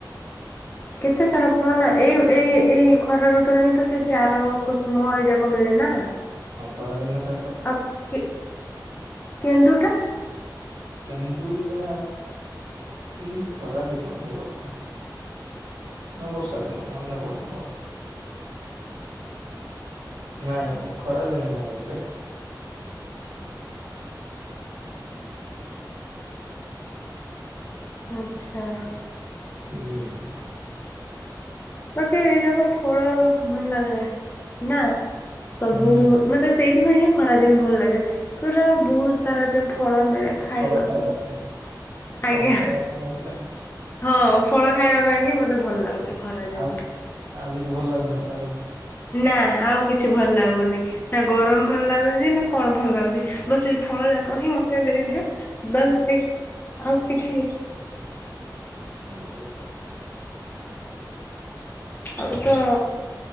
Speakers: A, on the left; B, on the right.
A: କେତେ ସାରା ଫଳ ନା ଏଇ ଏଇ ଏଇ ଖରା ଋତୁରେ ହିଁ ତ ସେ ଚାର କୁସୁମ ଏଇ ଯାକ ମିଳେ ନା।
B: ଖରାଦିନର ଏକ ତ
A: ଆଉ କେ କେନ୍ଦୁଟା
B: କେନ୍ଦୁଟା ବି ଖରା ଦିନ ହିଁ ବୋଧେ। ନା ବର୍ଷା ଦିନ ମନେ ପଡୁନି ମୋର। ନାଇଁ ଖରାଦିନୁ ନାହିଁ ବୋଧେ।
A: ଆଚ୍ଛା।
B: ହୁଁ।
A: ବାକି ଏଇ ଯାକ ଫଳ ଭଲ ଲାଗେ। ନା। ସବୁ
B: ହୁଁ
A: ମତେ ସେଇଥିପାଇଁ ହିଁ ଖରାଦିନ ଭଲ ଲାଗେ। ପୁରା ବହୁତ ସାରା ଯୋଉ ଫଳ ମିଳେ। ଖାଇବାକୁ।
B: ଫଳ ଖାଇବା ପାଇଁ
A: ଆଜ୍ଞା
B: ଫଳ ଖାଇବା ପାଇଁ ଭଲ ଲାଗୁଛି।
A: ହଁ ଫଳ ଖାଇବା ପାଇଁ ହିଁ ମତେ ଭଲ ଲାଗୁଛି ଖରା ଦିନ।
B: ଆଉ କିଛି ଆଉ କିଛି ଭଲ ଲାଗୁନି ଖରା ଦିନୁ।
A: ନା ଆଉ କିଛି ଭଲ ଲାଗୁନି ନା ଗରମ ଭଲ ଲାଗୁ ନା କଣ ଭଲ ଲାଗୁଚି ବାସ୍ ସେଇ ଫଳ ଯାକ ହିଁ ମତେ ଦେଇଦିଅ ବା ସେଇ ଆଉ କିଛି
B: ଓହୋ।
A: ଆଉ ତ